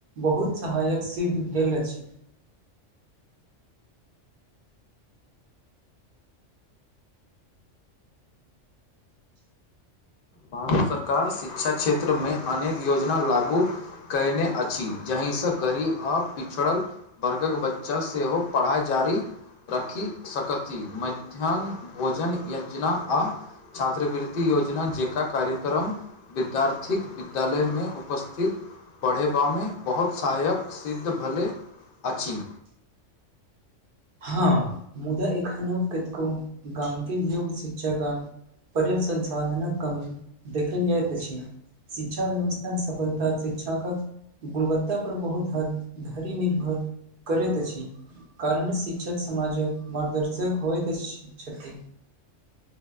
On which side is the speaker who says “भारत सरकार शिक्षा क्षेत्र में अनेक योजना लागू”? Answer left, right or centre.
Left